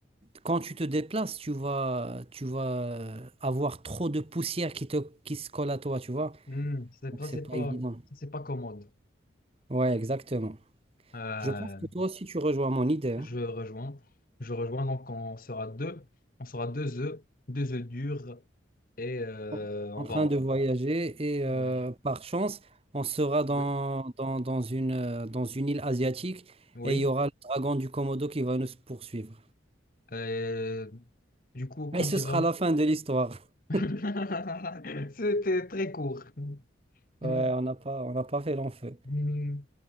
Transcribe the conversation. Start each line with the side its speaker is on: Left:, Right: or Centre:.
Right: Quand tu te déplaces, tu vas, tu vas euh, avoir trop de poussière qui te, qui se colle à toi, tu vois.
Left: hmm, c'est-
Right: Donc,
Left: ça,
Right: c'est
Left: c'est
Right: pas
Left: pas,
Right: évident.
Left: ça, c'est pas commode.
Right: Ouais, exactement.
Left: Euh,
Right: Je pense que toi aussi, tu rejoins mon idée. hein.
Left: Je rejoins. Je rejoins. Donc, on sera deux. On sera deux œufs, deux œufs durs. Et euh,
Right: en
Left: on
Right: en train
Left: va.
Right: de voyager et
Left: on
Right: euh,
Left: va- je-
Right: par chance, on sera dans,
Left: Oui.
Right: dans, dans une, euh, dans une île asiatique
Left: Oui.
Right: et il y aura le dragon du Komodo qui va nous poursuivre.
Left: Euh, du coup, quand
Right: Et ce
Left: il
Right: sera
Left: va.
Right: la fin de l'histoire. <laughs>
Left: <laughs> C'était très court.
Right: Ouais,
Left: <laughs>
Right: on n'a pas, on n'a pas fait long feu.
Left: Hmm,